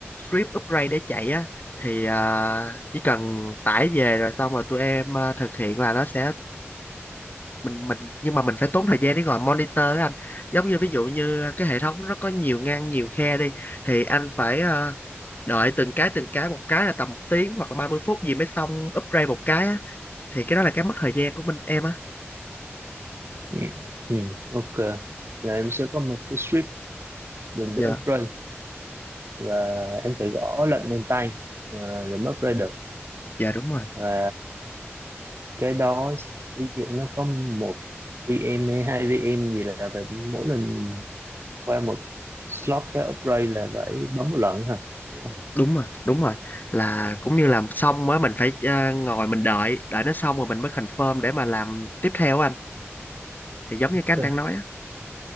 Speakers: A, on the left; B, on the right.
A: script upgrade để chạy á thì ờ, chỉ cần tải về rồi xong rồi tụi em ờ, thực hiện là nó sẽ mình mình nhưng mà mình phải tốn thời gian để ngồi monitor á anh giống như ví dụ như cái hệ thống nó có nhiều ngăn nhiều khe đi thì anh phải ờ, đợi từng cái từng cái một cái là tầm một tiếng hoặc là 30 phút gì mới xong upgrade một cái á thì cái đó là cái mất thời gian của mình em á
B: Ừ. Ừ. Ok, là em sẽ có một cái script dùng để
A: dạ
B: upgrade và em phải gõ lệnh bằng tay ờ, rồi mới upgrade được.
A: dạ đúng rồi
B: Và cái đó ví dụ nó có một VM hay hai VM gì là phải mỗi lần qua một slot cái upgrade là phải bấm một lần hả đúng không
A: đúng rồi đúng rồi là cũng như làm xong á mình phải ờ, ngồi mình đợi đợi nó xong rồi mình mới confirm để mà làm tiếp theo á anh thì giống
B: ok
A: như cái anh đang nói á